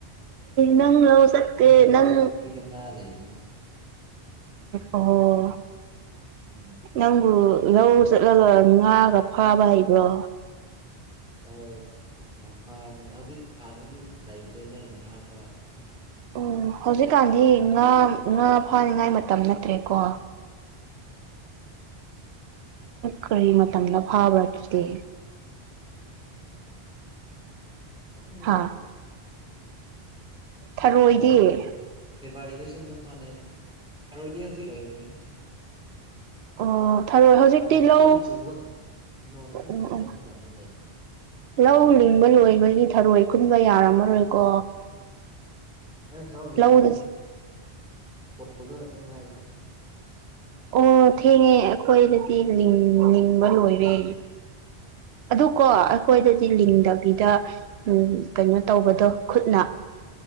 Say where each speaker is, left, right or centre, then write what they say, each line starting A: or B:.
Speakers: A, on the right; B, in the centre.
A: ꯅꯪ ꯂꯧꯣ ꯁꯠ
B: ꯊꯥꯖꯗꯕ
A: ꯅꯪ
B: ꯄꯨꯈ꯭ꯔꯤꯗ ꯉꯥ ꯂꯩꯕꯅꯦ
A: ꯏꯣꯣ
B: ꯎꯝ
A: ꯅꯪꯕꯨ ꯂꯧ ꯆꯠꯂꯒ ꯉꯥꯒ ꯐꯥꯕ ꯍꯩꯕ꯭ꯔꯣ
B: ꯑ ꯌꯥꯝ ꯐꯕꯅꯦ ꯍꯧꯖꯤꯛ ꯀꯥꯟꯅꯗꯤ ꯂꯩꯇ꯭ꯔꯦꯗ ꯉꯥ ꯐ
A: ꯎ ꯍꯧꯖꯤꯛꯀꯥꯟꯗꯤ ꯉꯥ ꯉꯥ ꯐꯥꯅꯤꯡꯉꯥꯏ ꯃꯇꯝ ꯅꯠꯇ꯭ꯔꯦꯀꯣ
B: ꯎꯝ
A: ꯀꯔꯤ ꯃꯇꯝꯗ ꯐꯥꯕ꯭ꯔꯥ ꯑꯗꯨꯗꯦ
B: ꯀꯪꯗ
A: ꯍꯥ
B: ꯂꯩ
A: ꯊꯔꯣꯏꯗꯤ
B: ꯖꯅꯋꯥꯔꯤ ꯐꯦꯕꯋꯥꯔꯤꯗꯁꯨ ꯑꯗꯨꯝ ꯐꯅꯩ ꯊꯔꯣꯏꯗꯤ ꯍꯧꯖꯤꯛ ꯂꯩꯔꯣꯏ
A: ꯑꯣ ꯊꯔꯣꯏ ꯍꯧꯖꯤꯛꯇꯤ
B: ꯅꯣꯡ
A: ꯂꯧ
B: ꯀꯟꯅ ꯆꯨꯕ ꯅꯣꯡ ꯀꯟꯅ
A: ꯎ
B: ꯆꯨꯕ
A: ꯎ
B: ꯃꯇꯝꯗ ꯂꯩꯅꯤ
A: ꯂꯧ ꯂꯤꯡꯕ ꯂꯣꯏꯕꯒꯤ ꯊꯔꯣꯏ ꯈꯨꯟꯕ ꯌꯥꯔꯝꯃꯔꯣꯏꯀꯣ
B: ꯑꯩ ꯂꯧꯅꯤꯡꯗ꯭ꯔꯤ
A: ꯂꯧꯗ
B: ꯈꯣꯏꯕ ꯉꯥꯛꯇ ꯉꯥꯏꯔꯤ
A: ꯑꯣ ꯊꯦꯡꯉꯦ ꯑꯩꯈꯣꯏꯅꯗꯤꯤꯡꯅꯤꯡꯕ ꯂꯣꯏꯔꯦ
B: ꯎꯝ
A: ꯑꯗꯨ ꯀꯣ ꯑꯩꯈꯣꯏꯗꯗꯤ ꯂꯤꯡꯗꯕꯤꯗ ꯀꯩꯅꯣ ꯇꯧꯕꯗꯣ ꯈꯨꯠꯅ